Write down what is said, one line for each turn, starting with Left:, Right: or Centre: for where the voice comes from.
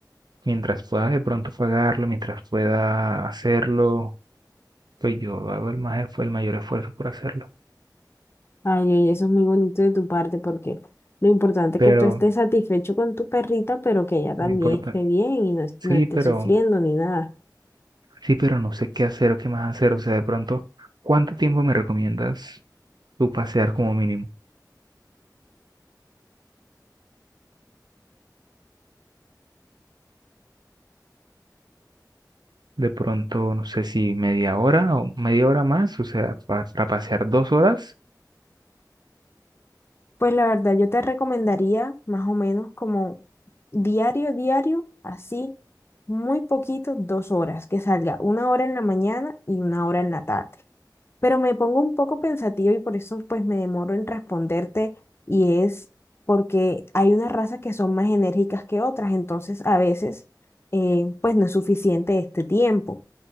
Right: mientras pueda de pronto pagarlo, mientras pueda hacerlo, pues yo hago el más, esfu- el mayor esfuerzo por hacerlo.
Left: Ay, oye, eso es muy bonito de tu parte porque lo importante
Right: Pero
Left: es que tú estés satisfecho con tu perrita, pero que ella también
Right: no importa.
Left: esté bien y no, es-
Right: Sí,
Left: no esté
Right: pero
Left: sufriendo ni nada.
Right: sí, pero no sé qué hacer o qué más hacer. O sea, de pronto, ¿cuánto tiempo me recomiendas tú pasear como mínimo? De pronto, no sé si media hora o media hora más, o sea, pa- para pasear dos horas,
Left: Pues la verdad, yo te recomendaría más o menos como diario, diario, así, muy poquito, dos horas, que salga una hora en la mañana y una hora en la tarde. Pero me pongo un poco pensativa y por eso pues me demoro en responderte y es porque hay unas razas que son más enérgicas que otras, entonces a veces eh, pues no es suficiente este tiempo.